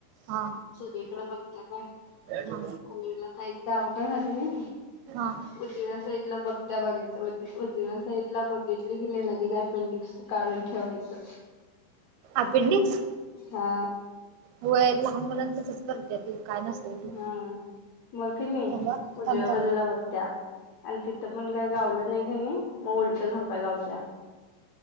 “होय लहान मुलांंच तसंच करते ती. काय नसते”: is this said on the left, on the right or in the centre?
Right